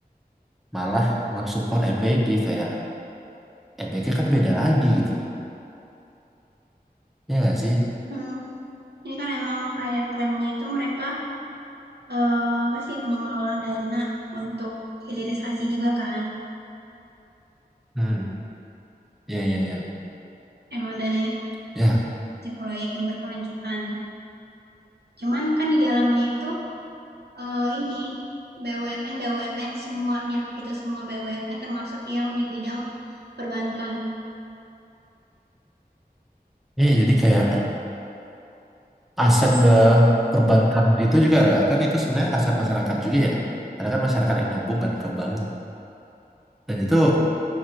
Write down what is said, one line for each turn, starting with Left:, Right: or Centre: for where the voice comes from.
Centre: malah mensupport MBG kayak MBK kan beda lagi gitu loh. Ya nggak sih?
Right: hmm Ini kan emang kayak klaimnya itu mereka Eee, apa sih, mengelola dana untuk hilirisasi juga kan.
Centre: Hmm. Ya, ya, ya.
Right: Emang dananya itu
Centre: Ya,
Right: investasi proyek yang berkelanjutan. Cuman kan di dalamnya itu, eee, ini BUMN-BUMN semuanya gitu, semua BUMN termasuk yang di bidang perbankan.
Centre: ya, jadi kayak
Right: Nah
Centre: aset
Right: terus,
Centre: be- perbankan itu juga kan itu sebenarnya aset masyarakat juga ya. Karena kan masyarakat yang nabung kan ke bank dan itu